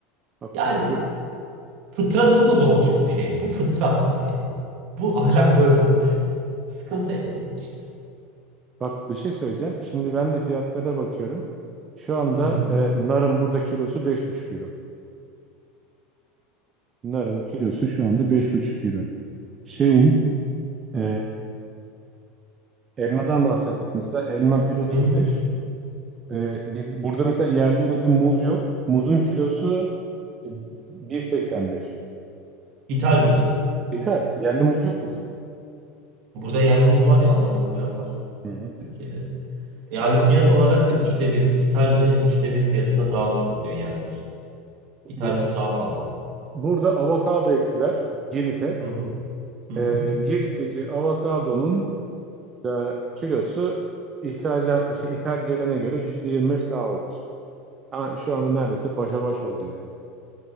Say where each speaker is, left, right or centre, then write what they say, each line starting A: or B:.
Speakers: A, on the right; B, on the right.
A: Bak
B: Yani
A: şu
B: fıtradığımız olmuş bu şey. Bu fıtrattır yani. Bu ahlak böyle olmuş. Sıkıntı hep bunlar işte.
A: bak bir şey söyleyeceğim. Şimdi ben de fiyatlara bakıyorum. Şu anda
B: Hı hı.
A: e, narın burada kilosu beş buçuk euro. Narın kilosu şu anda beş buçuk euro. Şeyin e, elmadan bahsettik mesela. Elma 1,35.
B: Hı.
A: E, biz burada mesela yerli üretim muz yok. Muzun kilosu e, bir seksen beş.
B: İthal
A: İthal. Yerli muz yok burada.
B: Burada yerli muz var ya Anamur falan var
A: Hı hı.
B: Türkiye'de. E, Yani fiyat olarak da üçte bir. İthal ve üçte bir fiyatına daha ucuz oluyor yerli muz. İthal
A: Bu
B: muz daha pahalı.
A: burada avokado ektiler Girit'e.
B: Hı hı. Hı hı.
A: Ee, Girit'teki avokadonun da kilosu ihracat, şey, ithal gelene göre %25 daha ucuz. Ama şu anda neredeyse başa baş oldu yani.